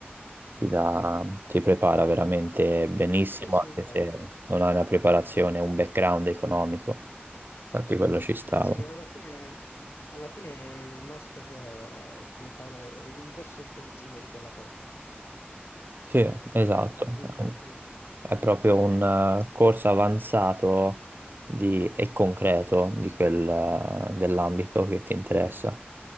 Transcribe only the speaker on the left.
Sì, sì, sì,
è vero.
Sì, alla fine, alla fine il master eh, è come fare un corso intensivo di quella cosa.
Quindi sì,